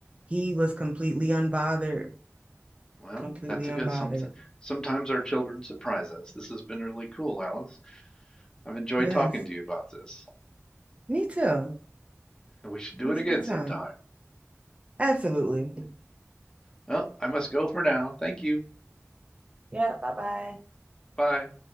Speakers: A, on the right; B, on the left.
A: he was completely unbothered
B: Well,
A: completely
B: that's a
A: unbothered
B: good some sometimes our children surprise us. This has been really cool, Alice. I've enjoyed
A: yes
B: talking to you about this.
A: me too
B: We should do
A: it was
B: it again
A: a good
B: sometime.
A: time absolutely
B: Well, I must go for now. Thank you.
A: Yeah, bye bye.
B: Bye.